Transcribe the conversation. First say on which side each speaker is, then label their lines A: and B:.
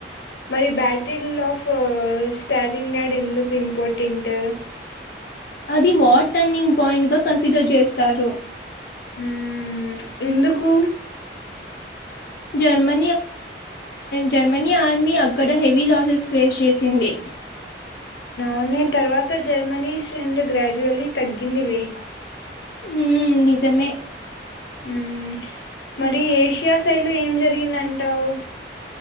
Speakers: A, on the left; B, on the left.
A: మరి బ్యాటిల్ ఆఫ్ స్టాలిన్ గార్డ్ ఎందుకు ఇంపార్టెంట్
B: అది వాట్ టర్నింగ్ పాయింట్ గా కన్సిడర్ చేస్తారు
A: ఉ ఎందుకు
B: జమ జర్మనీ ఆర్మీ అక్కడ హెవీ లాసెస్ ఫేస్ చేసింది
A: ఉ న తర్వాత జర్మనీంద గ్రాజ్యువలీ తగ్గింది లే
B: ఉ నిజమే
A: ఉ మరి ఏషియా సైడ్ లో ఏం జరిగింద అంటావు